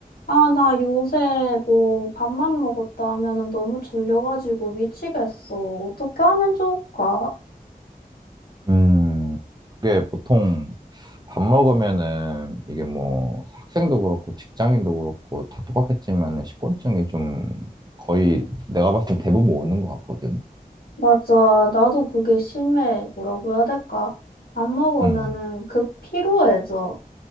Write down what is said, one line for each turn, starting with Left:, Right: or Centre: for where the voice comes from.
Left: 아, 나 요새 뭐 밥만 먹었다 하면은 너무 졸려가지고 미치겠어. 어떻게 하면 좋을까?
Right: 음, 그게 보통 밥 먹으면은 이게 뭐 학생도 그렇고 직장인도 그렇고 다 똑같겠지만은 식곤증이 좀 거의 내가 봤을 때 대부분 오는 것 같거든.
Left: 맞아. 나도 그게 심해. 뭐라고 해야 될까? 밥 먹으면은
Right: 음,
Left: 급 피로해져.